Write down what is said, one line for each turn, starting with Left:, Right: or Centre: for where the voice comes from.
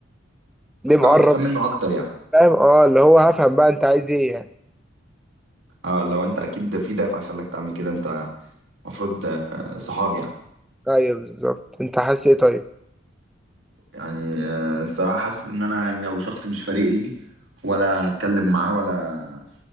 Centre: ليه مقرب
Right: حاول تفهم منه اكتر يعني
Centre: فاهم اه اللي هو هفهم بقى انت عايز ايه يعني
Right: اه لو انت اكيد ده في دافع خلاك تعمل كده انت المفروض صحاب يعني
Centre: ايوه بالظبط انت حاسس ايه طيب
Right: يعني آه، الصراحه حاسس ان انا يعني لو شخص مش فارق لي ولا هتكلم معاه ولا